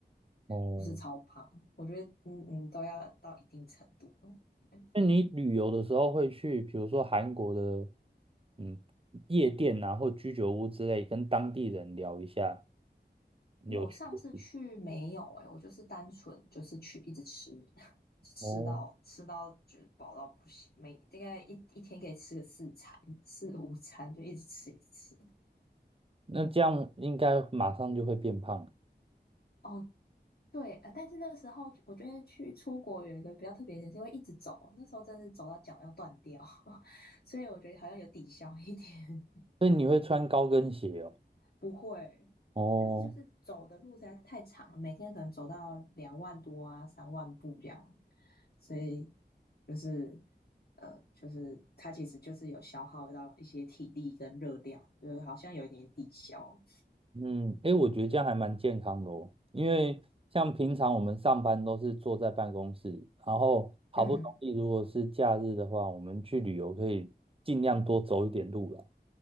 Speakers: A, on the right; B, on the left.
A: 哦，
B: 不是超胖，我觉得嗯嗯都要到一定程度。嗯，对，
A: 那你旅游的时候会去，比如说韩国的，嗯，夜店啊，或居酒屋之类，跟当地人聊一下有趣的事
B: 我上次去没有诶、我就是单纯就是去一直吃，<laughs> 吃到吃到觉得饱到不行，
A: 哦，
B: 每大概一一天可以吃个四餐四五餐，就一直吃一直吃。
A: 那这样应该马上就会变胖，
B: 哦，对，呃，但是那个时候我觉得去出国有一个比较特别的点，是因为一直走，那时候真的是走到脚要断掉，<laughs> 所以我觉得好像有抵消一点。
A: 所以你会穿高跟鞋哦。
B: 不会，
A: 哦。
B: 但是就是走的路实在太长了，每天可能走到两万多啊、三万步这样，所以就是呃，就是它其实就是有消耗到一些体力跟热量，就是好像有一点抵消。
A: 嗯，诶，我觉得这样还蛮健康的哦，因为像平常我们上班都是坐在办公室，然后好不容易如果是假日的话，
B: 嗯，
A: 我们去旅游可以尽量多走一点路啦。